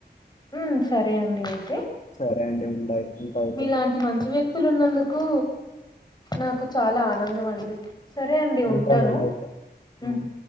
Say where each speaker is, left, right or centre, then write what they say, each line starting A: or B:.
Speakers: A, on the left; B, on the left.
A: ఉమ్మ్ సరే అండి అయితే.
B: సరే అండి ఉండాయి ఉంటా అయితే
A: మీలాంటి మంచి వ్యక్తులు ఉన్నందుకూ నాకు చాలా ఆనందం అండి. సరే అండి ఉంటాను
B: ఉంటానండి అయితే
A: ఊ
B: ఉమ్.